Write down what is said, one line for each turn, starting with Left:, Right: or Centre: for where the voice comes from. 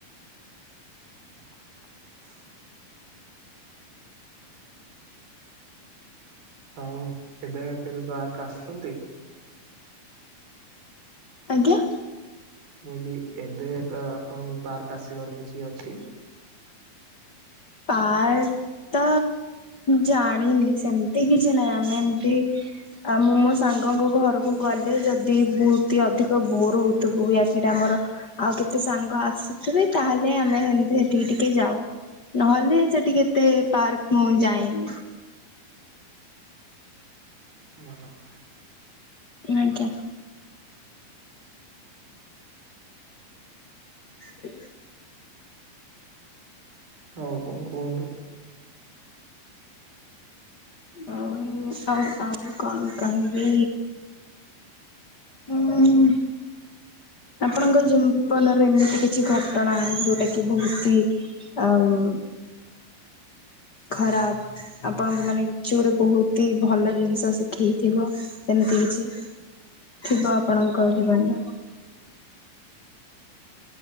Right: ହୁଁ ଆଉ ଏବେ କେବେ ପାର୍କ ଆସୁଛନ୍ତି?
Left: ଆଜ୍ଞା
Right: ମୁଁଇଲି ଏବେ ଏବେ ଆପଣଙ୍କୁ ପାର୍କ ଆସିବାର କିଛି ଅଛି?
Left: ପାର୍କ ତ ଜାଣିନି ସେମତି କିଛି ନାହିଁ ଆମେ ଏମତି ଆଉ ମୁଁ ମୋ ସାଙ୍ଗଙ୍କୁ ଘରକୁ ଗଲେ ଯଦି ବୁ ଅଧିକ ବୋର ହଉଥିବୁ ୟା <unintelligible> ଆମର ଆଉ କେତେ ସାଙ୍ଗ ଆସୁଥିବେ ତାହେଲେ ଆମେ ହେମିତି ହେଠିକି ଟିକେ ଯାଉ। ନହେଲେ ସେଠିକି କେତେ ପାର୍କ ମୁଁ ଯାଏନି।
Right: ଭଲ କଥା
Left: ଅଜ୍ଞ୍ୟା ହ
Right: ହଉ କଣ କୁହନ୍ତୁ?
Left: ଆ ଆଉ ଆଉ କଣ କହିବି? ଉମଂ ଆପଣଙ୍କ ଜୀବନରେ ଏମିତି କିଛି ଘଟଣା ଯୋଉଟା କି ବହୁତହି ଆମ୍ ଖରାପ ଆପଣଙ୍କୁ ମାନେ ଯୋଟା ବହୁତହି ଭଲ ଜିନିଷ ଶିଖେଇଥିବ ସେମିତି କିଛି? ଥିବ ଆପଣଙ୍କ ଜୀବନରେ।